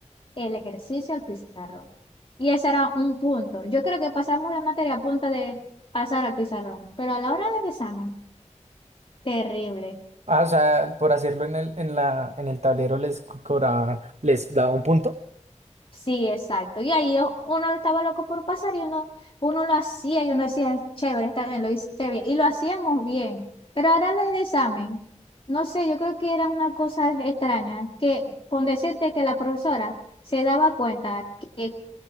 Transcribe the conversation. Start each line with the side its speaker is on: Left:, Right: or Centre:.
Left: el ejercicio al pizarrón. Y ese era un punto. Yo creo que pasamos la materia a punto de pasar al pizarrón, pero a la hora del examen, terrible.
Right: Ah, o sea, por hacerlo en el, en la, en el tablero les co- cobraba, les daba un punto.
Left: Sí, exacto. Y ahí o- uno estaba loco por pasar y uno, uno lo hacía y uno decía, chévere, está bien, lo hice bien. Y lo hacíamos bien. Pero ahora en el examen, no sé, yo creo que era una cosa extraña, que con decirte que la profesora se daba cuenta que